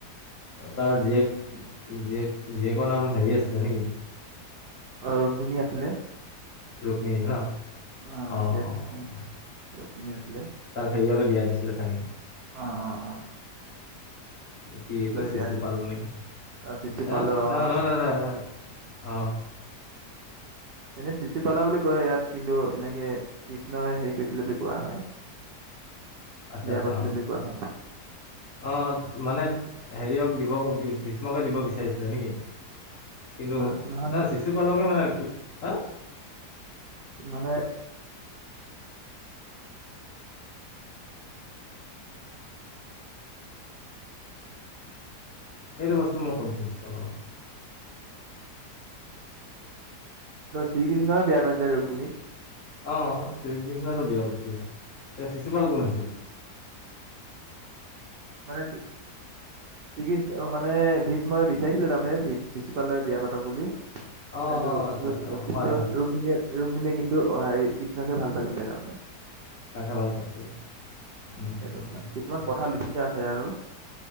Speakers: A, on the left; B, on the right.
A: তাৰ জীয়েক, জীয়েক -জীয়েকৰ নাম হেৰি আছিলে নেকি?
B: ৰুক্মিণী আছিলে।
A: ৰুক্মিণী
B: আহ
A: ন অ'
B: যিহেতু
A: অ'
B: -
A: অ' অ'।
B: ৰুক্মিণী আছিলে।
A: তাক হেৰিয়ালৈ বিয়া দিছিলে চাগে!
B: অঁ -অঁ -অঁ।
A: কি এইটো চিচু
B: বিয়া
A: পাল নেকি?
B: অ চিচি
A: হ,
B: পাল অ
A: ন- নহয়, নাই -নাই, ন, অঁ।
B: এনে চিচিপালা বুলি কয় ইয়াত কিন্তু এনেকে কৃষ্ণই হেৰি কৰিছিলে বুলি কোৱা হয়।
A: আচ্ছা,
B: বিয়া
A: আচ্ছা,
B: কৰিছিলে
A: অঁ।
B: বুলি কোৱা হয়
A: অঁ, মানে হেৰিয়ক ভীষ্মকে দিব বিচাৰিছিল নেকি? কিন্তু
B: বা নহয়
A: নাই
B: নহয়
A: চিচু পালকে মানে কি- হা
B: মানে-
A: সেইটো বস্তু মই কনফিউজ অলপমান।
B: শ্ৰীকৃষ্ণই বিয়া কৰিছিলে ৰক্মিণীক।
A: অঁ, শ্ৰীকৃষ্ণই তো বিয়া পাতিছিলে, তেওঁ শিশুপাল কোন আছিলে?
B: মানে- শ্ৰীকৃষ্ণ মানে ভীষ্মই বিচাৰিছিলে তাৰমানে চি- চিচু পালে বিয়া পাতক বুলি।
A: অঁ
B: কিন্তু
A: আচ্ছা
B: ৰুক্মিণীয়ে
A: আচ্ছা অঁ
B: কিন্তু
A: হয় হয়
B: ৰুক্মিণীয়ে কিন্তু অঁ, হেৰি কৃষ্ণকে ভাল পাইছিলে তাৰমানে।
A: তাকহে ভাল পাইছিলে। উম,
B: এইটো
A: উম,
B: মানে,
A: উম,
B: কিছুমান
A: উম।
B: কথা লিখি থোৱা আছে আৰু।